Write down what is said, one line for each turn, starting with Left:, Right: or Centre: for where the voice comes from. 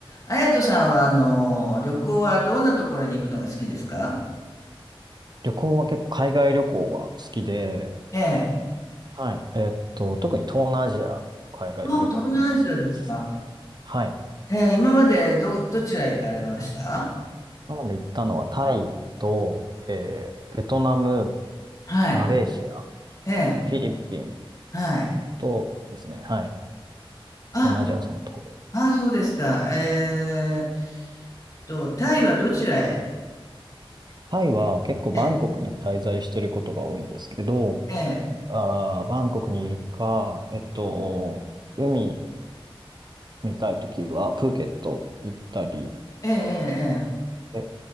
Left: あやとさんは、あの、旅行はどんなところに行くのが好きですか
Right: 旅行は結構海外旅行が好きで、
Left: ええ。
Right: はい。えっと、特に東南アジア、海外旅行行くのが好きですね。
Left: まあ、東南アジアですか
Right: はい。
Left: ええ、今までど、どちら行かれました
Right: なので行ったのはタイと、えーベトナム、
Left: はい。
Right: マレーシア、
Left: ええ、
Right: フィリピン
Left: はい。
Right: とですね、はい。
Left: あ、
Right: 東南アジアはそのところです。
Left: あ、そうですか。えーっと、タイはどちらへ
Right: タイは結構バンコクに滞在してることが多いんですけど、
Left: ええ、ええ、
Right: あー、バンコクにいるか、えっと、海見たいときはプーケット行ったり、
Left: ええ、ええ。ええ
Right: え